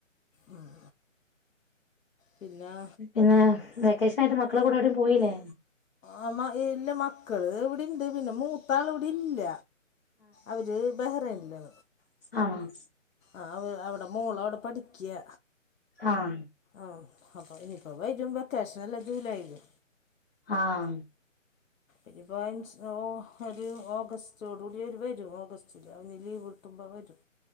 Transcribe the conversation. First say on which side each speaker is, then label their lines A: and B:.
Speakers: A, on the left (about 75°); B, on the left (about 45°).
A: ഉം ഉം. പിന്നാ
B: പിന്നെ. വെക്കേഷനായിട്ട് മക്കളെ കൂടെ എവിടിം പോയിലെ.
A: ആ ഇല്ല മക്കള് ഇവിടെ ഇണ്ട്. പിന്നെ മൂത്താള് ഇവിടെ ഇല്ല. അവര് ബഹ്റൈൻല്.
B: അം
A: ആഹ് അവ് അവടെ മോള് അവടെ പഠിക്ക്യ.
B: ആഹ്
A: ആഹ് അപ്പം ഇനിപ്പം വരും വെക്കേഷനല്ലെ ജൂലായ്ല്.
B: ആഹ്
A: ഇനിപ്പം <unintelligible> ഒരു ഓഗസ്റ്റോടു കൂടി അവര് വെരും. ഓഗസ്റ്റ് <unintelligible> അവന് ലീവ് കിട്ടുമ്പം വെരും.